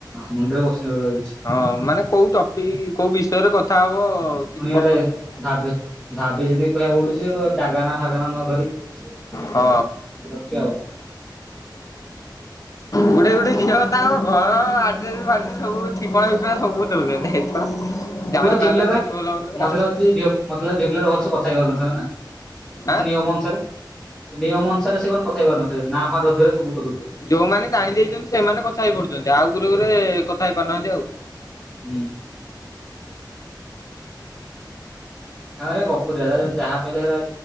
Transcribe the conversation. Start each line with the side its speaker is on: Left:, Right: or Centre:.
Centre: ମୁଣ୍ଡରେ ବସନିଳିଆ କିଛି।
Left: ହଁ ମାନେ କୋଉ ଟପିକ କୋଉ ବିଷୟରେ କଥା ହବ କିଛି
Centre: ଫୁଣି ଇଆଡେ
Left: ପଶୁନି ଆଉ।
Centre: ଭାବି, ଭାବି ଚିନ୍ତି କାହିଆକୁ ପଡୁଚି ଯେ ଜାଗା ନା ଫାଗା ନା ନ ଧରି ଇଏ ସିଏ।
Left: ହଁ,
Centre: ଇଏ ହଉଛି ଆଉ
Left: ଗୁଟେ ଗୁଟେ ଖେଳ ତାଙ୍କ ଘର ଆଡ୍ରେସ ଫାଡ୍ରେସ ସବୁ ଠିକଣା ଫିକଣା ସବୁ ଦଉଚନ୍ତି। <unintelligible>
Centre: ମତେ
Left: ଜାଣି
Centre: ଲାଗୁଛି ଝିଅ
Left: ପାରୁନାହାନ୍ତିି
Centre: ପିଲାରା
Left: କିଛି ଭଲ ମନ୍ଦ
Centre: ମତେ ଲାଗୁଚି ଝିଅ ପିଲା ଗୁରା ଭଲସେ କଥା ହେଇ ପାରୁନଥିବ ନା? ମାନେ
Left: ଆଁ।
Centre: ନିୟମ ଅନୁସାରେ ନିୟମ ଅନୁସାରେ ସେ କଣ କଥାହେଇପାରୁନଥିବେ ନା ଫା। <unintelligible>
Left: ଯୋଉମାନେ ଜାଣି ଦେଇଚନ୍ତି ସେମାନେ କଥା ହେଇ ପଡୁଚନ୍ତି। ଆଉ ଗୁରେ ଗୁରେ କଥା ହେଇ ପାରୁନାହାନ୍ତି ଆଉ।
Centre: ହୁଁ। ତା ଗପୁର ଟା ଯାହା ପଇଲେ ହେଲା